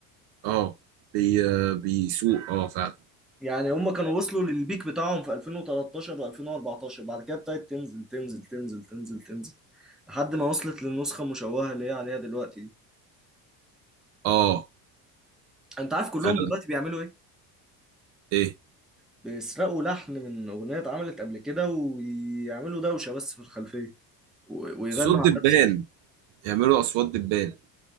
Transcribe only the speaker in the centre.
يعني هم كانوا وصلوا للبيك بتاعهم في 2013 و2014 بعد كده ابتدت تنزل تنزل تنزل تنزل تنزل لحد ما وصلت للنسخه المشوهه اللي هي عليها دلوقتي دي
انت عارف كلهم
دلوقتي بيعملوا ايه
بيسرقوا لحن من اغنيه اتعملت قبل كده ويعملوا دوشه بس في الخلفيه و... ويغنوا
على
نفس